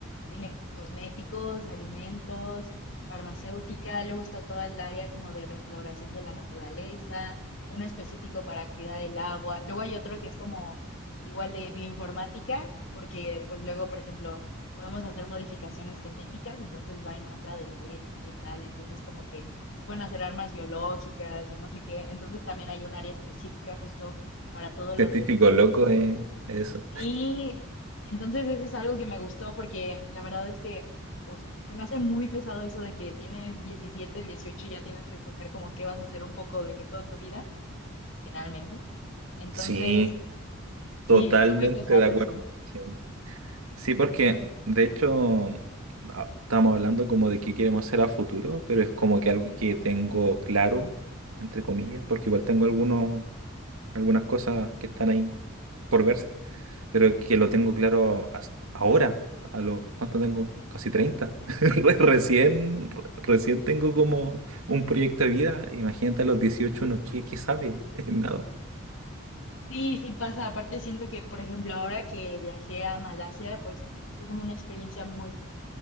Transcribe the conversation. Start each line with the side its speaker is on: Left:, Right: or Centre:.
Left: tiene cosméticos, alimentos, farmacéutica, luego está toda el área como de restauración de la naturaleza, uno específico para cuidar el agua, luego hay otro que es como igual de bioinformática, porque pues luego, por ejemplo, podemos hacer modificaciones genéticas, entonces va en contra de la ética y tal, entonces como que se pueden hacer armas biológicas y no sé qué, entonces también hay un área específica justo para todo lo
Right: Científico
Left: de ética
Right: loco
Left: y eso.
Right: es eso.
Left: Sí, entonces eso es algo que me gustó porque la verdad es que uf, se me hace muy pesado eso de que tienes 17 18 y ya tienes que escoger como qué vas a hacer un poco de que toda tu vida, generalmente. Entonces,
Right: Sí,
Left: sí,
Right: totalmente
Left: está muy pesado
Right: de acuerdo.
Left: eso.
Right: sí. Sí, porque de hecho a- estamos hablando como de qué queremos hacer a futuro, pero es como que algo que tengo claro, entre comillas, porque igual tengo algunos, algunas cosas que están ahí por verse, pero que lo tengo claro as- ahora, a los, ¿cuánto tengo? Casi 30. <laughs> Re- Recién, re- recién tengo como un proyecto de vida, imagínate a los 18, uno, ¿qué, qué sabe? <laughs> Nada.
Left: Sí, sí pasa. Aparte siento que, por ejemplo, ahora que viajé a Malasia, pues fue como una experiencia muy